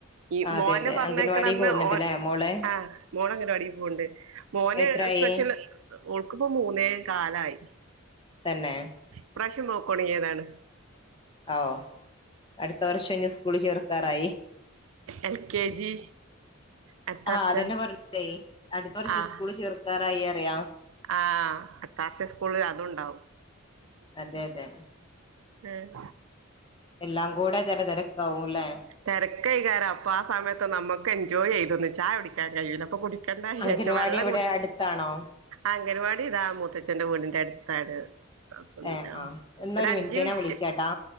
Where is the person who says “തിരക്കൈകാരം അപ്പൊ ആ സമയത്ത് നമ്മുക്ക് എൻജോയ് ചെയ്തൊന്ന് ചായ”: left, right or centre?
Right